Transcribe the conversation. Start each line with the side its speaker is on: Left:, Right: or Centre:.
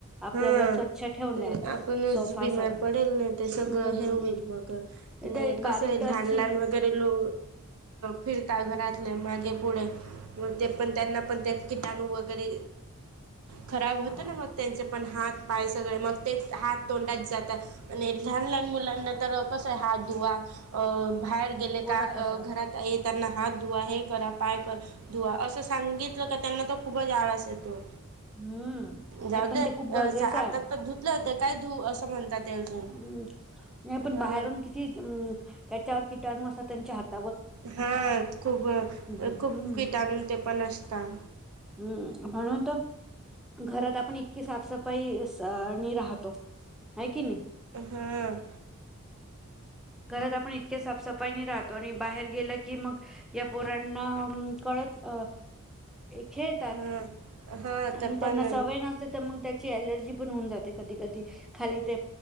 Centre: आपल्याला
Right: हा
Centre: स्वच्छ ठेवणय
Right: ते आपणच
Centre: सोफासा
Right: बीमार पडेल नाही सगळ
Centre: हम्म
Right: हे होईल मग आणि
Centre: ते बारीक
Right: कसं आहे
Centre: डसची
Right: लहान लहान वगैरे लो फिरता घरातले मागे पुढे मग ते पण त्यांना पण ते किटाणू वगैरे खराब
Centre: हो
Right: होत ना मग त्यांचे पण हात पाय सगळे मग तेच हात तोंडात जातात आणि लहान लहान मुलांना तर कसं आहे हात धुवा अ बाहेर गेले
Centre: बोलतच
Right: का अ
Centre: राहत
Right: घरात येताना हात धुवा हे करा पाय करा धुवा असं सांगितलं का त्यांना तर खूपच आळस येतो
Centre: हम्म नाही
Right: जाऊ
Centre: पण
Right: दे
Centre: ते खूप गरजेचं
Right: आता
Centre: आहे
Right: तर धुतले होते
Centre: खूप
Right: काय धू असं म्हणतात ते अजून
Centre: हम्म नाही पण
Right: हा
Centre: बाहेरून किती त्याच्यावर किटाणू असा त्यांचे हात
Right: हा खूप
Centre: हम्म
Right: खूप
Centre: हम्म
Right: किटाणू ते पण असता
Centre: हम्म म्हणून घरात आपण इतकी साफसफाई नि राहतो आहे की नाही
Right: हम्म.
Centre: घरात आपण इतक्या साफसफाई नी राहतो आणि बाहेर गेलं की मग या पोरांना कळ अ खेळतात
Right: हा हा
Centre: आणि
Right: ते
Centre: त्यांना
Right: पण
Centre: सवय नसते तर मग त्याची अलर्जी पण होऊन जाते कधी कधी खाली ते